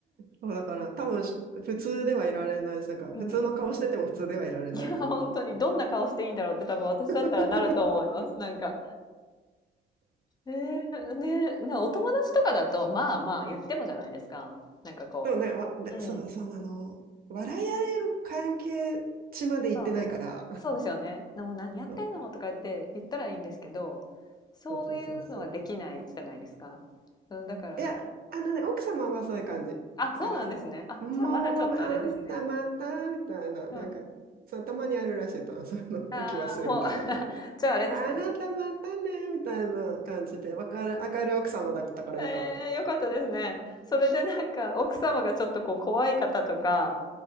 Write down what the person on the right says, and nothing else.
そうだから多分し普通ではいられないし、なんか普通の顔してても普通ではいられないと思うから。
<laughs>
でもね、わ、ねそう、
そうなの。笑い合える関係値まで行ってないから。
<laughs>
そ
うそうそうそうそう。
いや、あのね、奥様はそういう感じ。
だから、
もう、
あんたまた、みたいな、
なんか、そのたまにあるらしいと、<laughs> その、
おき忘れみたいなのが。
あなたまたね、みたいな感じで、わかる、明るい奥様だったからよかった。